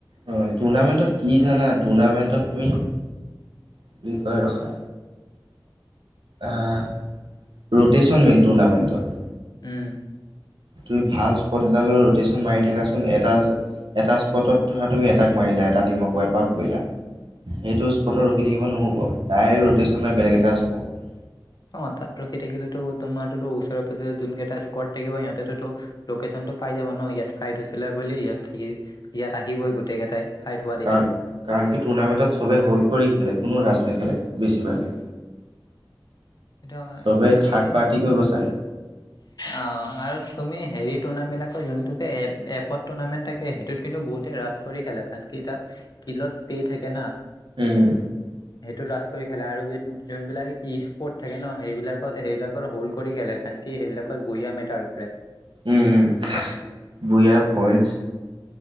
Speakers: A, on the right; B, on the left.
A: অ' টুৰ্ণামেণ্টত কি জানা টুৰ্ণামেণ্টত তুমি কি কয় ৰখা। অঁ' ৰোটেচন মেইন টুৰ্ণামেণ্টত।
B: উম।
A: তুমি ভাল স্পট এটা লৈ ৰ' ৰোটেচন মাৰি থাকাচোন এটা - এটা স্পটত ধৰা তুমি এটাক মাৰিলা এটা টিমক ৱাইপ আউট কৰিলা। সেইটো স্পটত ৰখি থাকিব নহ'ব ডাইৰেক্ট ৰোটেচন মাৰি বেলেগ এটা স্পট।
B: অঁ তাত ৰখি থাকিলেতো তো তোমাৰতটো ওচৰে পাজৰে যোন কেইটা স্কড থাকিব সিহঁতেতটো লোকেচনটো পাই যাব ন ইয়াত ফাইট হৈছিলে বুলি ইয়াত থাকি ইয়াত আহিবই গোটেই কেইটাই। ফাইট হোৱা দেখি
A: কাৰণ, কাৰণ কি টুৰ্ণামেণ্টত সবেই হোল্ড কৰি খেলে কোনো ৰাছ নেখেলে। বেছিভাগে।
B: সেইটো
A: চবে
B: মানে
A: থাৰ্ড
B: তুমি
A: পাৰ্টি কৰিব চায়
B: অ আৰু তুমি হেৰিত টুৰ্ণামেলাকৰ যোনটো যে এট এপত টুৰ্ণামেণ্ট থাকে সেইটোত কিন্তু বহুতে ৰাছ কৰি খেলে কাৰন কি তাত কিলত পে থাকে না।
A: উম।
B: টো ৰাচ কৰি খেলে আৰু যো - যোনবিলাক ইষ্ট পৰ্ট থাকে ন সেইবিলাকত সেইবিলাকৰ হ'ল্ড কৰি খেলে কাৰন কি সেইবিলাকত বুহিয়া মেটাৰ কৰে।
A: উম উম বুইয়া, পইন্টছ।